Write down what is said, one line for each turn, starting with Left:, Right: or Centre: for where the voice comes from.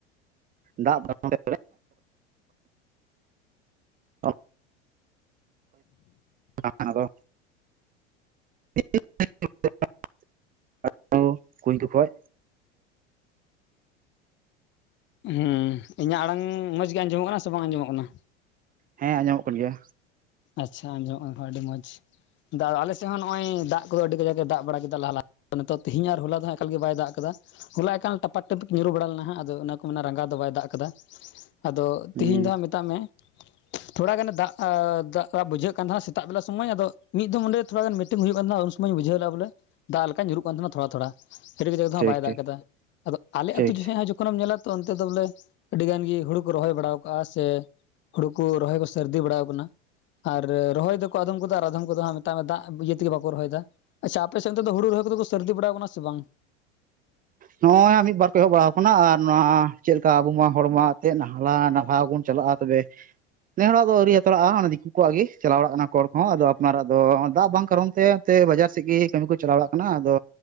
Right: ᱫᱟᱜ ᱵᱟᱝ ᱚ ᱦ <unintelligible> <unintelligible> ᱠᱩᱧ ᱡᱠᱷᱚᱡ
Left: ᱦᱮᱸ ᱤᱧᱟᱹᱜ ᱟᱲᱟᱝ ᱢᱚᱡᱽ ᱜᱮ ᱟᱸᱡᱚᱢᱚᱜ ᱠᱟᱱᱟ ᱥᱮ ᱵᱟᱝ ᱟᱸᱡᱚᱢᱚᱜ ᱠᱟᱱᱟ?
Right: ᱦᱮᱸ ᱟᱸᱡᱚᱢᱚᱜ ᱠᱟᱱ ᱜᱮᱭᱟ
Left: ᱟᱪᱪᱷᱟ ᱟᱸᱡᱚᱢᱚᱜ ᱠᱟᱱ ᱠᱷᱟᱱ ᱟᱹᱰᱤ ᱢᱚᱸᱡᱽ ᱟᱞᱮ ᱥᱮᱫ ᱦᱚᱸ ᱱᱚᱜ ᱚᱭ ᱫᱟᱜ ᱠᱚᱫᱚ ᱟᱹᱰᱤ ᱠᱟᱡᱟᱠ <inaudible> ᱮ ᱫᱟᱜ ᱵᱟᱲᱟ ᱠᱮᱫᱟ ᱞᱟᱦᱟ ᱞᱟ ᱱᱤᱛᱚᱜ ᱛᱮᱦᱤᱧ ᱟᱨ ᱦᱚᱞᱟ ᱫᱚ ᱮᱠᱟᱞ ᱜᱮ ᱵᱟᱭ ᱫᱟᱜ ᱠᱟᱫᱟ ᱦᱚᱞᱟ ᱮ ᱠᱟᱱ ᱴᱟᱯᱟᱠ ᱴᱟᱯᱤᱠ ᱧᱩᱨᱩ ᱵᱟᱲᱟ ᱞᱮᱱᱟ ᱦᱟᱜᱸ ᱟᱫᱚ ᱚᱱᱟ ᱠᱚ ᱢᱟᱱᱮ ᱨᱟᱸᱜᱟ ᱫᱚ ᱵᱟᱭ ᱫᱟᱜ ᱠᱟᱫᱟ ᱟᱫᱚ
Right: ᱦᱩᱸ
Left: ᱛᱮᱦᱤᱧ ᱫᱚ ᱦᱟᱸᱜ ᱢᱮᱛᱟᱜ ᱢᱮ ᱛᱷᱚᱲᱟ ᱜᱟᱱᱮ ᱫᱟᱜ ᱟᱜ ᱵᱩᱡᱷᱟᱹᱜ ᱠᱟᱱ ᱛᱟᱦᱮᱸᱫ ᱥᱮᱛᱟᱜ ᱵᱮᱞᱟ ᱥᱚᱢᱚᱭ ᱟᱫᱚ ᱢᱤᱫᱤᱱ ᱚᱰᱮ ᱛᱷᱚᱲᱟ ᱜᱟᱱ ᱢᱤᱴᱤᱝ ᱦᱩᱭᱩᱜ ᱠᱟᱱ ᱛᱟᱦᱮᱸᱱᱟ ᱩᱱᱥᱚᱢᱚᱭᱮᱧ ᱵᱩᱡᱷᱟᱹᱣ ᱞᱮᱫᱟ ᱵᱚᱞᱮ ᱫᱟᱜ ᱞᱮᱠᱟ ᱧᱩᱨᱩᱜ ᱠᱟᱱ ᱛᱟᱦᱮᱱᱟ ᱛᱷᱚᱲᱟ ᱛᱷᱚᱲᱟ ᱠᱟᱛᱟᱮᱫᱦᱚ
Right: ᱴᱷᱤᱠ
Left: ᱸ ᱵᱟᱭ
Right: ᱴᱷᱤᱠ
Left: ᱫᱟᱜ ᱠᱟᱫᱟ ᱟᱫᱚ ᱟᱞᱮ
Right: ᱴᱷᱤᱠ
Left: ᱟᱹᱛᱩ ᱡᱚᱠᱷᱮᱡ ᱦᱚᱸ ᱛᱚᱠᱷᱚᱱᱮᱢ ᱧᱮᱞᱟ ᱛᱚ ᱚᱱᱛᱮ ᱫᱚ ᱵᱚᱞᱮ ᱟᱹᱰᱤ ᱜᱟᱱ ᱜᱮ ᱦᱩᱲᱩ ᱠᱚ ᱨᱚᱦᱚᱭ ᱵᱟᱲᱟᱣ ᱠᱟᱜᱼᱟ ᱥᱮ ᱦᱩᱲᱩ ᱠᱚ ᱨᱚᱦᱚᱭ ᱠᱚ ᱥᱟᱹᱨᱫᱤ ᱵᱟᱲᱟᱣ ᱟᱠᱟᱱᱟ ᱟᱨ ᱨᱚᱦᱚᱭ ᱫᱚᱠᱚ ᱟᱫᱷᱚᱢ ᱠᱚᱫᱚ ᱟᱨ ᱟᱫᱷᱚᱢ ᱠᱚᱫᱚ ᱢᱮᱛᱟᱜ ᱢᱮ ᱫᱟᱜ ᱤᱭᱟᱹ ᱛᱮᱜᱮ ᱵᱟᱠᱚ ᱨᱚᱦᱚᱭᱮᱫᱟ ᱟᱪᱪᱷᱟ ᱟᱯᱮᱱᱮᱫ ᱦᱲᱩ ᱨᱩ ᱠᱚᱫᱚ ᱥᱟᱨᱫᱤ ᱵᱟᱟᱣ ᱟᱠᱟᱱᱟ ᱥᱮ ᱵᱟᱝ
Right: ᱱᱚᱜᱼᱚᱭ ᱢᱤᱫ ᱵᱟᱨ ᱠᱚ ᱮᱦᱚᱵ ᱵᱟᱲᱟᱣ ᱟᱠᱟᱱᱟ ᱟᱨ ᱱᱚᱣᱟ ᱪᱮᱫ ᱞᱮᱠᱟ ᱟᱵᱚ ᱢᱟ ᱦᱚᱲᱢᱟ ᱪᱮᱫ ᱱᱟᱦᱞᱟ ᱱᱟᱞᱦᱟ ᱵᱚᱱ ᱪᱟᱞᱟᱜᱼᱟ ᱛᱚᱵᱮ ᱯᱮ ᱦᱚᱲᱟᱜ ᱫᱚ ᱟᱹᱣᱨᱤ ᱦᱟᱛᱟᱲᱟᱜᱼᱟ ᱚᱱᱟ ᱫᱤᱠᱩ ᱠᱚᱣᱟᱜ ᱜᱮ ᱪᱟᱞᱟᱣ ᱵᱟᱲᱟᱜ ᱠᱟᱱᱟ ᱠᱚ ᱦᱚᱲ ᱠᱚᱦᱚᱸ ᱟᱫᱚ ᱟᱯᱱᱟᱨᱟᱜ ᱫᱚ ᱫᱟᱜ ᱵᱟᱝ ᱠᱟᱨᱚᱱ ᱛᱮ- ᱛᱮ ᱵᱟᱡᱟᱨ ᱥᱮᱫ ᱜᱮ ᱠᱟᱹᱢᱤ ᱠᱚ ᱪᱟᱞᱟᱣ ᱵᱟᱲᱟᱜ ᱠᱟᱱᱟ ᱟᱫᱚ